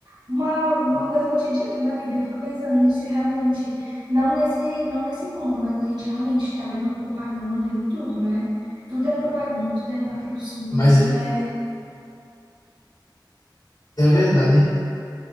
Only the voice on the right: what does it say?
uma, uma coisa cotidiana da vida. Eu fico pensando nisso e realmente, não nesse, não nesse ponto, mas a gente realmente está vendo propaganda em tudo, né? Tudo é propaganda, tudo é patrocínio,
tudo é